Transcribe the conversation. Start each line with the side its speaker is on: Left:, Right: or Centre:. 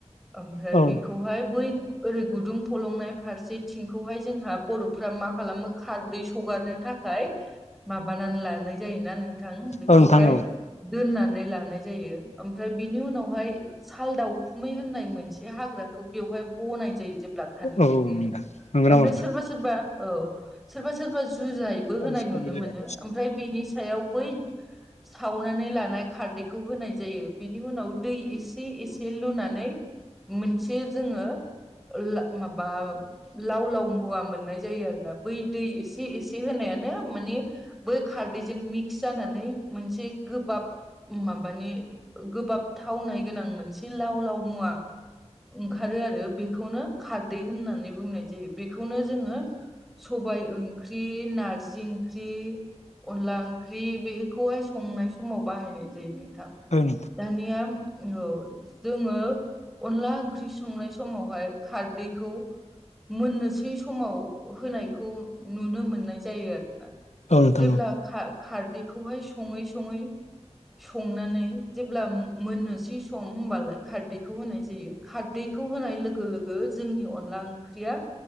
Centre: ओमफ्राय
Left: औ
Centre: हाय बै ओरै गुदुं फलंनाय फारसेथिंखौहाय जोंहा बर'फ्रा मा खालामो खारदै सगारनो थाखाय माबानानै लानाय जायोना नों थां बेखौहाय
Left: औ नोंथां औ
Centre: दोननानै लानाय जायो ओमफ्राय बिनि उनावहाय सालदाउखुमै होननाय मोनसे हाग्राखौ बेवहाय बनाय जायो। जेब्ला खारै
Left: औ
Centre: दिहुननो
Left: औ नोंथां नंगौ
Centre: ओमफ्राय
Left: नामा नोंथां?
Centre: सोरबा सोरबा औ सोरबा सोरबा जुजायबो होनाय
Left: ओं औ नोंथां
Centre: नुनो मोनो
Left: औ
Centre: ओमफ्राय बिनि सायाव बै सावनानै लानाय खारदैखौ होनाय जायो बिनि उनाव दै एसे एसे लुनानै मोनसे जोंङो ओला माबा लाव लाव मुवा मोननाय जायो आरो ना बै दै एसे एसे से होनायानो मानि बै खारदैजों मिक्स जानानै मोनसे गोबाब माबानि गोबाब थावनाय गोनां मोनसे लाव लाव मुवा ओंखारो आरो बेखौनो खारदै होननानै बुंनाय जायो बेखौनो जोंङो सबाय ओंख्रि नारजि ओंख्रि अनला ओंख्रि बेखौहाय संनाय समाव बाहायनाय जायो नोंथां।
Left: ओं
Centre: दानिया औ जोंङो अनला ओंख्रि संनाय समावहाय खारदैखौ मोननोसै समाव होनायखौ नुनो मोननाय जायो आरोना।
Left: औ नोंथां औ नोंथां
Centre: जेब्ला
Left: औ।
Centre: खार खारदैखौहाय सङै सङै संनानै जेब्ला मोननोसै सम होनोमबालाय खारदैखौ होनाय जायो। खारदैखौ होनाय लोगो लोगो जोंनि अनला ओंख्रिया